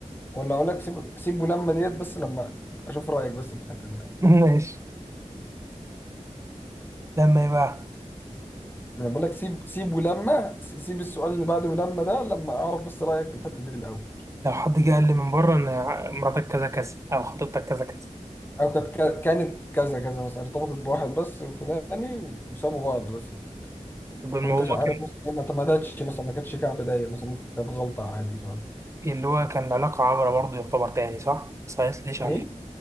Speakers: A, on the left; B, on the right.
A: ولا اقول لك سيب سيب ولما ديت بس لما اشوف رايك بس في الحته دي الأول.
B: <laughs> ماشي تمام بقى
A: انا بقول لك سيب سيب ولما سيب السؤال اللي بعده ولما ده لما اعرف بس رايك في الحته دي الاول
B: لو حد جه قال لي من بره ان مراتك كذا كذا او خطيبتك كذا كذا
A: او كانت ك- كانت كذا كذا مثلا ارتبطت بواحد بس وفلاني وسابوا بعض بس
B: طب الموضوع
A: وانت مش عارف
B: كان
A: مثلا ما تمدتش مثلا ما كانتش كعب داير مثلا ممكن كانت غلطه عادي فاهم
B: إيه؟ اللي هو كان علاقه عبره برضه يعتبر تاني صح بس ما قالتليش عليها
A: ايه